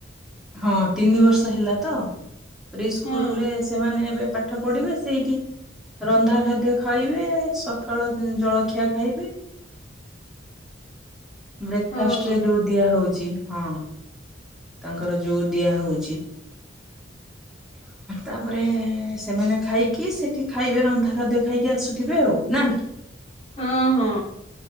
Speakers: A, in the centre; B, on the left (about 35°).
A: ହଁ ତିନି ବର୍ଷ ହେଲା ତ ପ୍ରି ସ୍କୁଲ
B: ହଁ
A: ରେ ସେମାନେ ଏବେ ପାଠ ପାଠ ପଢିବେ ସେଇଠି ରନ୍ଧା ଖାଦ୍ୟ ଖାଇବେ ସକାଳ ଜଳଖିଆ ଖାଇବେ। ବ୍ରେକ୍ଫାଷ୍ଟ
B: ହଁ।
A: ରେ ଯୋଉ ଦିଆ ହଉଛି, ହଁ। ତାଙ୍କର ଯୋଉ ଦିଆ ହଉଛି ତାପରେ ସେମାନେ ଖାଇକି ସେଠି ଖାଇବେ ରନ୍ଧା ଖାଦ୍ୟ ଖାଇକି ଆସୁଥିବେ ନାଁ କି?
B: ହଁ ହଁ।